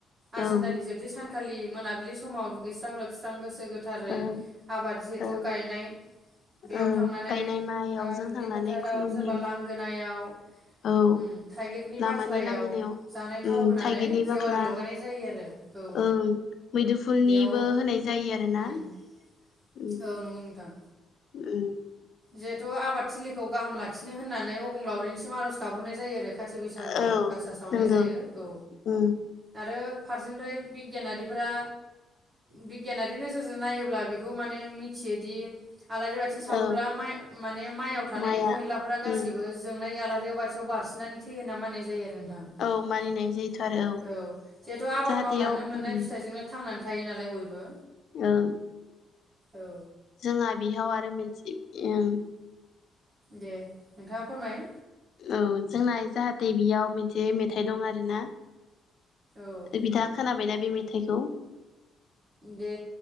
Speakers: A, on the right (about 40°); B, on the left (about 65°).
A: आसिन
B: ओं
A: दाननि जोबथि सान खालि मोनाबिलि समाव दुगैस्रां लोबस्र स्रां गोसो गोथारै
B: ओं
A: आबाद जि ज
B: ओं
A: गायनाय बेयाव
B: ओं
A: थांनानै
B: गायनाय
A: आ
B: माइयावजों
A: दुब्लि
B: थांनानै
A: फोथाराव
B: खुलुमहैयो
A: सोरबा लांगोनायाव उम
B: औ
A: थाइगिरनि
B: लामानि
A: बाख्लायाव
B: लांगोनायाव
A: जानाय थाव
B: उम
A: होनानै
B: थाइगिरनि
A: जेवारि
B: बाख्ला
A: लगायनाय जायो आरो औ
B: ओं मैदुफुलनिबो
A: बेयाव
B: होनाय जायो आरोना
A: औ
B: उम
A: नंगौ नोंथां।
B: उम।
A: जिहेथु आबाद थिलिखौ गाहाम लाखिनो होननानै अबंलावरिनिसिम आरज गाबहरनाय जायो आरो। खाथि बैसागोआव
B: औ
A: गासा सावनाय
B: नंगौ
A: जायो औ
B: उम
A: आरो फारसेनिफ्राय बिगियानारिफ्रा बिगियानारि नोजोरजों नायोब्ला बेखौ माने मिथियोदि आलारि बाथि साव
B: औ
A: <unintelligible> माने माइयाव थानाय
B: माइआ
A: एम्फौ एनलाफोरा गासिबो
B: उम
A: जोंनाय आलारि <unintelligible> बाथियाव बारसिननानै थै होन्ना मानिनाय जायो आरो नोंथां
B: औ मानिनाय जायोथ' आरो औ
A: औे जिहेथु आबाद
B: जाहाथेयाव
A: मावनानैनो मोननाय
B: उम
A: फिथायजोंनो थां थायो नालाय बयबो
B: ओं
A: औ
B: जोंहा बिहाव आरो मोनसे एं
A: दे नोंथाङा फोरमाय
B: औ जोंना जाहाथे बेयाव मोनसे मेथाइ दं आरोना
A: औ
B: बिथाङा खोनाबायना? बे मेथाइखौ?
A: दे